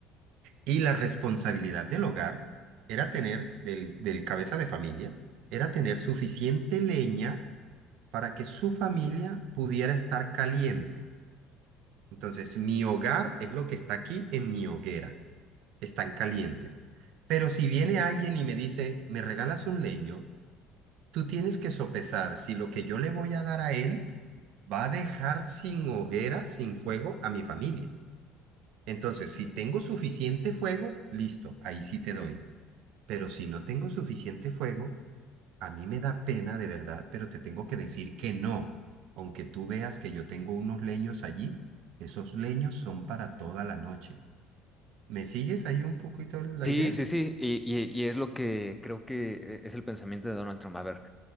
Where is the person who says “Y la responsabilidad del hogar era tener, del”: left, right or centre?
Right